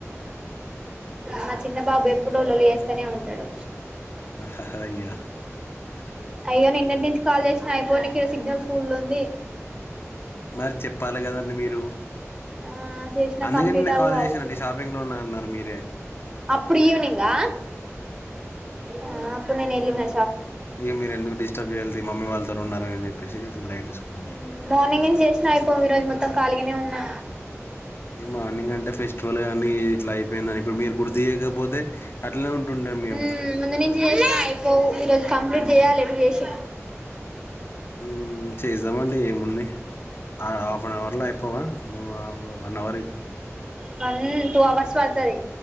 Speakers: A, on the right (about 15°); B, on the left (about 50°).
A: మా చిన్న బాబు ఎప్పుడూ లొల్లి చేస్తూనే ఉంటడు
B: హ హ హ అయ్యో
A: అయ్యో నిన్నటి నుంచి కాల్ చేసిన అయిపోనికి ఇక్కడ సిగ్నల్ ఫుల్ ఉంది
B: మరి చెప్పాలి కదండి మీరు
A: ఆ చేసినా
B: అందుకే
A: కంప్లీట్
B: నిన్న
A: అవ్
B: కాల్
A: కావచ్చు
B: చేశానండి షాపింగ్లో ఉన్నా అన్నారు మీరే
A: అప్పుడు ఈవనింగా ఆ ఇప్పుడు నేన్ ఎల్లినా
B: తీ మీరు ఎందుక్ డిస్టర్బ్ చేయాలి తీ మమ్మీ వాళ్ళతో ఉన్నారని చెప్పి చెప్పేసి లైట్ తీసుకున్నాండి
A: హుమ్ మార్నింగ్ ఎమ్ చేసినా అయిపోవ్ ఈరోజు మొత్ మొత్తం కాలిగానే ఉన్నా
B: మార్నింగ్ అంటే ఫెస్టివల్ గా డి ఇట్లా అయిపోయినా ఇప్పుడు మీరు గుర్తు చేయకపోతే అట్లనే ఉంటుండే మేము
A: హుమ్ ముందు నుంచి చేసిన పోవు ఈరోజు కంప్లీట్
B: మ్,
A: చేయాలి ఎటు చేసి
B: హుమ్ చేస్దామండి ఏముంది ఆ హాఫ్ అన్ అవర్ లో అయిపోవా మేము ఆఫ్ వన్ అవర్ అయ్
A: వన్ టూ అవర్స్ పడ్తది